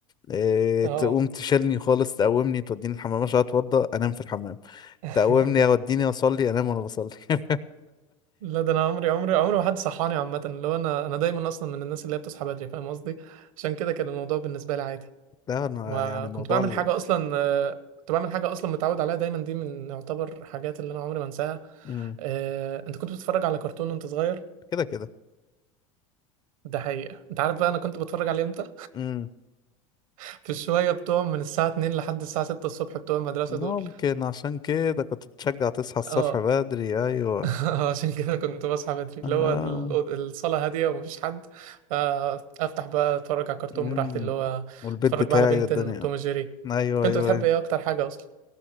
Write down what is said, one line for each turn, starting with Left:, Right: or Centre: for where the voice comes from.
Left: إيه،
Right: اه
Left: تقوم تشيلني خالص تقومني توديني الحمام عشان اتوضى انام في الحمام
Right: <laughs>
Left: تقومني اوديني اصلي انام وانا بصلي <laughs>
Right: لا ده انا عمري عمري عمري ما حد صحاني عامه اللي هو انا انا دايما اصلا من الناس اللي هي بتصحى بدري فاهم قصدي عشان كده كان الموضوع بالنسبه لي عادي
Left: لا انا
Right: وكنت
Left: يعني موضوع
Right: بعمل
Left: ال...
Right: حاجة أصلا آه، كنت بعمل حاجة أصلا متعود عليها دايما دي من يعتبر حاجات اللي أنا عمري ما أنساها
Left: مم.
Right: آه، أنت كنت بتتفرج على كرتون وأنت صغير؟
Left: كده كده
Right: ده حقيقة أنت عارف بقى أنا كنت بتفرج عليه إمتى؟
Left: مم.
Right: <laughs> في الشوية بتوع من الساعة 2 لحد الساعة 6 الصبح بتوع المدرسة
Left: ممكن
Right: دول
Left: عشان كده كنت بتشجع تصحى الصبح
Right: اه
Left: بدري ايوه
Right: <laughs> عشان كده كنت بصحى بدري اللي
Left: آه.
Right: هو ال- الصالة هادية ومفيش حد فأفتح بقى أتفرج على كرتون
Left: مم.
Right: براحتي اللي هو
Left: والبيت
Right: أتفرج
Left: بتاعي
Right: بقى على بنتين
Left: والدنيا
Right: توم جيري
Left: ايوه
Right: كنت
Left: ايوه
Right: بتحب
Left: ايوه
Right: إيه أكتر حاجة أصلا؟